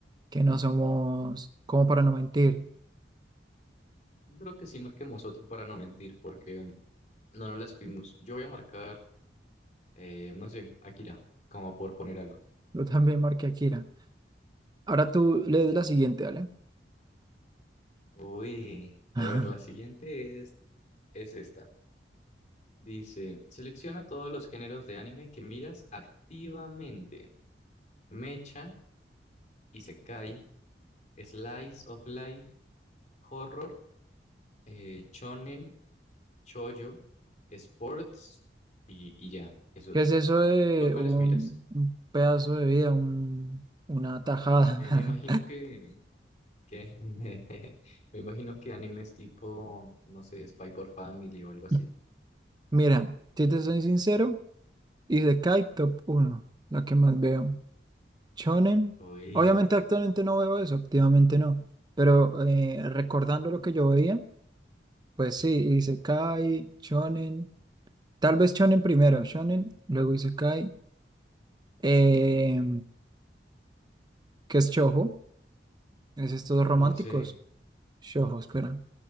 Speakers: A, on the right; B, on the left.
A: que no somos, como para no mentir?
B: yo creo que sí marquemos otro para no mentir, porque um, no, no la supimos. Yo voy a marcar, eh, no sé, Akira, como por poner algo.
A: Yo también marqué a Kira. Ahora tú lees la siguiente, ¿vale?
B: Uy,
A: <laughs>
B: a ver, la siguiente es, es esta. Dice, selecciona todos los géneros de anime que miras activamente. Mecha, Isekai, Slice of Life, Horror, eh, Shonen Choyo, Sports y, y ya, esos.
A: ¿Qué es eso de
B: ¿Tú cuáles
A: un,
B: miras?
A: un pedazo de vida, un- una tajada?
B: Eh, me imagino que, que <laughs> me imagino que animes tipo, no sé, Spy por Family o algo así.
A: <laughs> Mira, si te soy sincero, hice Kai Top uno, la que más veo. Shonen,
B: Uy,
A: obviamente actualmente no veo eso, activamente no, pero eh, recordando lo que yo veía, pues sí, hice Kai, Shonen, tal vez Shonen primero, Shonen, luego hice Kai, que es Shoujo, es estos románticos,
B: no sé,
A: Shoujo, espera.